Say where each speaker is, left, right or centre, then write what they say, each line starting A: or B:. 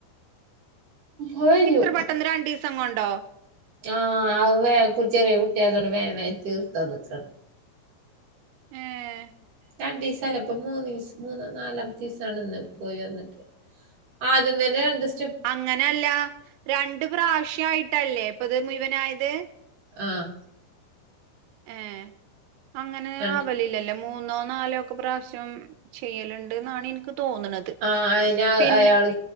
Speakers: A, on the right; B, on the right.
A: കഴിഞ്ഞു
B: ഇത്ര പെട്ടന്ന് രണ്ടീസം കൊണ്ടോ?
A: ആ അത് വേം കു ചെറിയ കുട്ട്യാൾക്കല്ലേ വേം വേം തീർത്താന്നക്കാണ്
B: ഏഹ്
A: രണ്ടീസല്ലപ്പോ മൂന്നീസ മൂന്ന് നാലാമത്തീസാണ് ഇന്ന് പോയി വന്നിട്ട് അദ്യം തന്നെ രണ്ടീസ്
B: അങ്ങനല്ല രണ്ട് പ്രാവശ്യായിട്ടല്ലേ ഇപ്പത് മുഴുവനായത്
A: ആഹ്
B: ഏഹ് അങ്ങനെ
A: രണ്ട്
B: ആവലില്ലല്ലോ മൂന്നോ നാലോ ഒക്കെ പ്രാവശ്യം ചെയ്യല്ണ്ട് ന്നാണ് ഇൻക്ക് തോന്ന്ണത്
A: ആ അയിന്
B: പിന്നെ
A: അയാള്